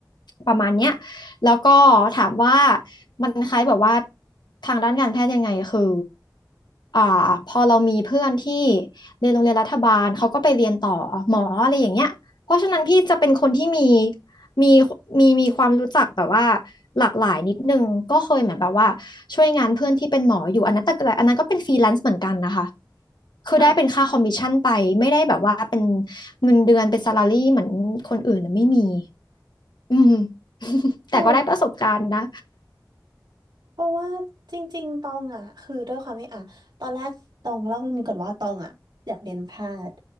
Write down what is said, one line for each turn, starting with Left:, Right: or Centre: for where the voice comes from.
Left: ประมาณเนี้ยแล้วก็ถามว่ามันคล้ายแบบว่าทางด้านการแพทย์ยังไงคืออ่าพอเรามีเพื่อนที่เรียนโรงเรียนรัฐบาลเขาก็ไปเรียนต่อหมออะไรอย่างเงี้ยเพราะฉะนั้นพี่จะเป็นคนที่มี มีมีมีความรู้จักแบบว่าหลากหลายนิดนึงก็เคยเหมือนแบบว่าช่วยงานเพื่อนที่เป็นหมออยู่อันนั้นแต่อันนั้นก็เป็นฟรีแลนซ์เหมือนกันนะคะคือได้เป็นค่าคอมมิชชั่นไปไม่ได้แบบว่าเป็น
Right: ค่ะ
Left: เงินเดือนเป็นซาลารี่เหมือนคนอื่นน่ะไม่มีอืม <laughs>
Right: ใช่
Left: แต่ก็ได้ประสบการณ์นะ
Right: เพราะว่าจริงๆตองอ่ะคือด้วยความที่อ่ะตอนแรกตองเล่าเรื่องนี้ก่อนว่าตองอ่ะอยากเรียนแพทย์